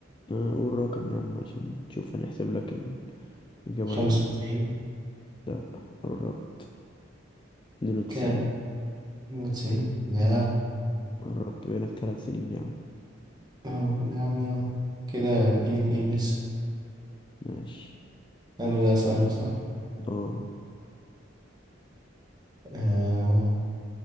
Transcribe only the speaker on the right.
خمسة
وتسعين
كام؟ خمسة وتسعين يا
أهو، يا عمي أهو كده اتنين اتنين لسه
أنا اللي أسألك صح؟
آه.